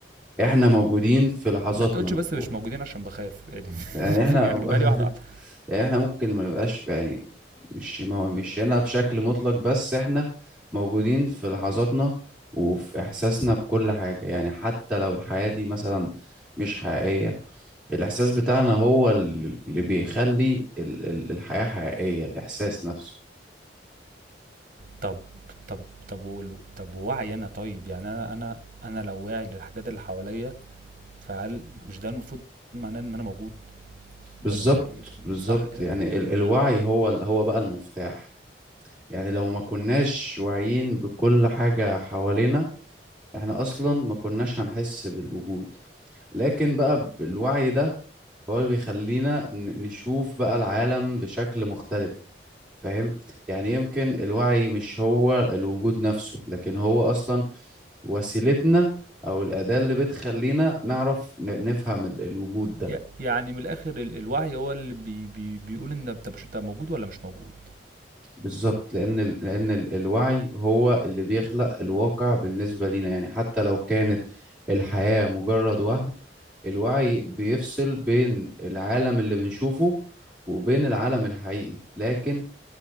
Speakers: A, in the centre; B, on the right.
A: احنا موجودين في لحظاتنا
B: ما تقولش بس
A: أوف.
B: مش موجودين عشان بخاف يعني
A: يعني
B: <laughs>
A: احنا
B: يعني جيبها
A: <laughs>
B: لي واحده واحده
A: يعني احنا ممكن ما نبقاش يعني مش ما مش هنا بشكل مطلق بس احنا موجودين في لحظاتنا وفي احساسنا بكل حاجة يعني حتى لو الحياة دي مثلا مش حقيقية الاحساس بتاعنا هو ال- اللي بيخلي ال- ال- الحياة حقيقية الاحساس نفسه
B: طب طب طب و- طب ووعي انا طيب يعني انا انا انا لو واعي للحاجات اللي حواليا فهل مش ده المفروض معناه ان انا موجود
A: بالظبط
B: ولا إيه-
A: بالظبط
B: صح كده
A: يعني ال- الوعي هو هو بقى المفتاح يعني لو ما كناش واعيين بكل حاجة حوالينا احنا اصلا ما كناش هنحس بالوجود لكن بقى بالوعي ده هو اللي بيخلينا ن- نشوف بقى العالم بشكل مختلف فاهم يعني يمكن الوعي مش هو الوجود نفسه لكن هو أصلا وسيلتنا أو الأداة اللي بتخلينا نعرف ن- نفهم ال- الوجود ده
B: ي- يعني من الاخر ال- الوعي هو اللي بي بي بيقول ان انت مش انت موجود ولا مش موجود
A: بالظبط لأن ال- لأن ال- الوعي هو اللي بيخلق الواقع بالنسبة لينا يعني حتى لو كانت الحياة مجرد وهم الوعي بيفصل بين العالم اللي بنشوفه وبين العالم الحقيقي لكن